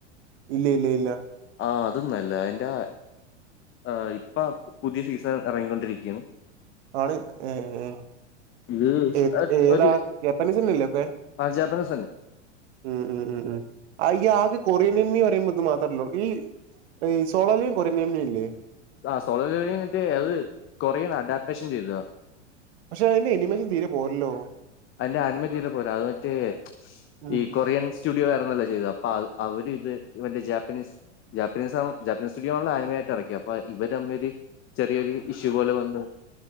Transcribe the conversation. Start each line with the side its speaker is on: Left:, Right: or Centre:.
Right: ഇല്ല ഇല്ല ഇല്ല.
Left: ആഹ് അതും നല്ലയാ അതിന്റെ ആഹ് ഇപ്പൊ പുതിയ സീസൺ ഇറങ്ങിക്കൊണ്ടിരിക്കുകയാണ്
Right: ആണ് ഏ ഏ
Left: ഇത് സ്
Right: ഏഹ്
Left: ആ,
Right: ഏതാ
Left: ഒരു
Right: എപ്പൻ സിനില്ലെപ്പ
Left: ആ, ജാപ്പനീസ് തന്നെ
Right: ഉം ഉം ഉം ഉം അയ്യ ആകെ കൊറിയനിയന്മ പറയുമ്പോൾ ഇതു മാത്രമല്ലള്ളൂ ഈ <unintelligible>
Left: ആഹ് സോളർ ലീവിങ്ങിട്ട് അത് കൊറിയൻ അഡാപ്റ്റേഷൻ ചെയ്തതാ
Right: പക്ഷെ അതിന്റെ എനി മല് തീരെ പോരല്ലോ
Left: അതിന്റെ അനുമതിയില പോരാ അത് മറ്റേ
Right: ഉം.
Left: ഈ കൊറിയൻസ് സ്റ്റുഡിയോ ആയിരുന്നല്ലോ ചെയ്ത അപ്പൊ അവര് ഇത് ഇവന്റെ ജാപ്പനീസ് ജാപ്പനീസ് ആവും ജപ്പനീസ് സ്റ്റുഡിയോ ആണല്ലോ ആനിമയായിട്ട് ഇറക്കിയെ അപ്പോ ഇവര് തമ്മിൽ ഒരു ചെറിയൊരു ഇഷ്യു പോലെ വന്നു